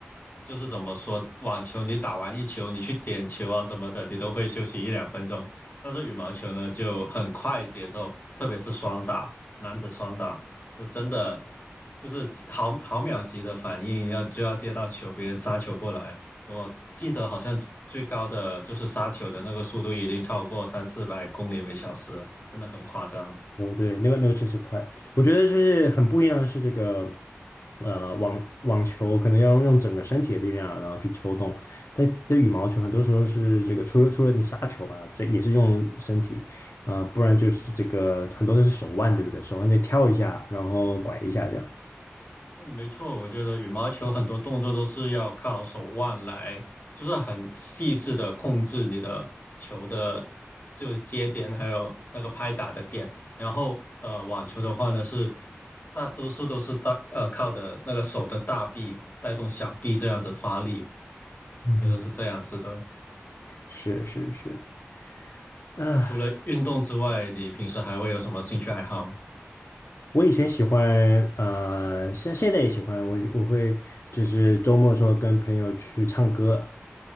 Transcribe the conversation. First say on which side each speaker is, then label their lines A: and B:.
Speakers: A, on the left; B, on the left.
A: 就是怎么说，网球你打完一球，你去捡球啊什么的，你都会休息一两分钟。但是羽毛球呢，就很快节奏，特别是双打，男子双打，这真的就是几毫毫秒级的反应，要就要接到球，别人杀球过来。我记得好像最高的就是杀球的那个速度已经超过三四百公里每小时了，真的很夸张啊。
B: 哦，对，那个那个确实快。我觉得就是很不一样的是这个，呃，网网球可能要用整个身体的力量啊，然后去抽动，但这羽毛球很多时候是这个，除了除了你杀球吧，这也是用身体，呃，不然就是这个很多都是手腕，对不对？手腕得跳一下，然后拐一下这样。
A: 嗯，没错，我觉得羽毛球很多动作都是要靠手腕来，就是很细致的控制你的球的，就是接点，还有那个拍打的点。然后，呃，网球的话呢，是大多数都是大，呃，靠的那个手的大臂带动小臂这样子发力，
B: 嗯哼，
A: 我觉得是这样子的。
B: 是是是。啊，
A: 那除了运动之外，你平时还会有什么兴趣爱好吗？
B: 我以前喜欢，呃，现现在也喜欢，我我会就是周末的时候跟朋友去唱歌。